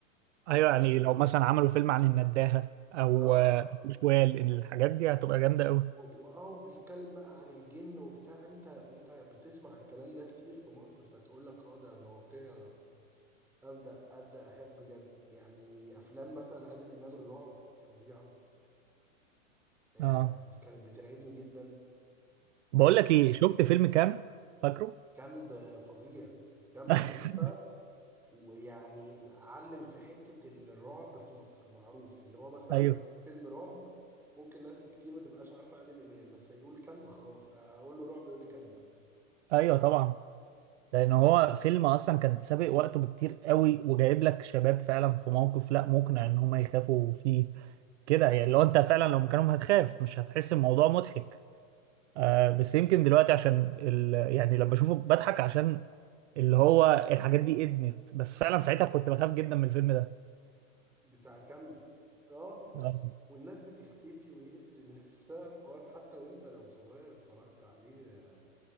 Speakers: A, in the centre; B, on the right (about 55°).
A: وادرينالين
B: ايوه يعني لو مثلا عملوا فيلم عن النداهة او
A: اه
B: آه، شوال الحاجات دي هتبقى جامدة قوي
A: و- واه وبيتكلم بقى عن الجن وبتاع انت انت بتسمع الكلام ده كتير في مصر فتقول لك اه ده ده واقعي انا ابدا ابدا اخاف بجد يعني افلام مثلا عادل امام الرعب فظيعه آه
B: اه
A: كانت بترعبني جدا
B: بقول
A: أف-
B: لك ايه شفت فيلم كامب فاكره
A: كامب فظيع كامب
B: <laughs>
A: تحفه ويعني علم في حتة الرعب في مصر معروف اللي هو مثلا
B: ايوه
A: فيلم رعب ممكن ناس كتير ما تبقاش عارفة عادل إمام بس هيقول كامب خلاص أقول له رعب يقول لي كامب
B: ايوه طبعا لان هو فيلم اصلا كان سابق وقته بكتير قوي وجايب لك شباب فعلا في موقف لا مقنع ان هم يخافوا فيه كده يعني لو انت فعلا لو مكانهم هتخاف مش هتحس الموضوع مضحك آه بس يمكن دلوقتي عشان ال... يعني لما بشوفه بضحك عشان اللي هو الحاجات دي ادمت بس فعلا ساعتها كنت بخاف جدا من الفيلم ده
A: بتاع كامب اه
B: آه.
A: والناس بتختفي ويقتل الناس <laughs> لا الحوار حتى وانت لو صغير اتفرجت عليه